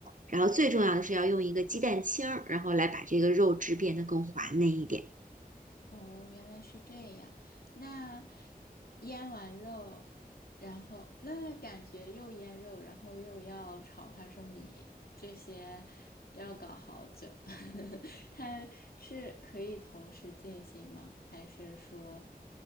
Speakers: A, on the right; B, on the left.
A: 然后最重要的是要用一个鸡蛋清儿，然后来把这个肉质变得更滑嫩一点。
B: 哦，原来是这样。那腌完肉，然后那感觉又腌肉，然后又要炒花生米，这些要搞好久。<laughs> 它是可以同时进行吗？还是说，